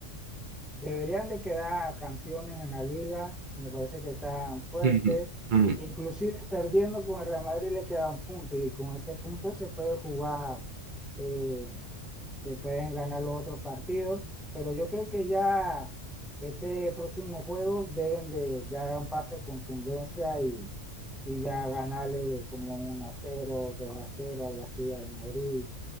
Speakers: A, in the centre; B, on the right (about 50°).
A: Deberían de quedar campeones en la liga, me parece que están fuertes.
B: <laughs> Ujú. Mm.
A: Inclusive perdiendo con el Real Madrid le queda un punto y con ese punto se puede jugar, eh, se pueden ganar los otros partidos, pero yo creo que ya este próximo juego deben de ya dar un paso de contundencia y, y ya ganarle como un a cero, dos a cero, algo así al Madrid